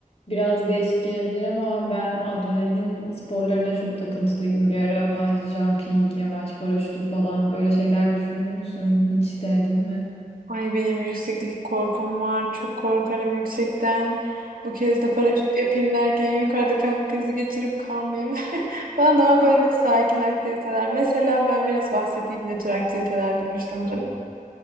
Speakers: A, on the left; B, on the right.
A: biraz değişik gelebilir ama ben adrenalin sporlarına çok takıntılıydım bir ara. Bungee jumping, yamaç paraşütü falan böyle şeyler düşünür müsün? Hiç denedin mi?
B: Ay benim yükseklik korkum var. Çok korkarım yüksekten. Bu kez de paraşüt yapayım derken yukarıda kalp krizi geçirip kalmayayım. <laughs> Bana daha böyle
A: Aa,
B: sakin aktiviteler. Mesela ben biraz bahsedeyim ne tür aktivitelerden hoşlanırım.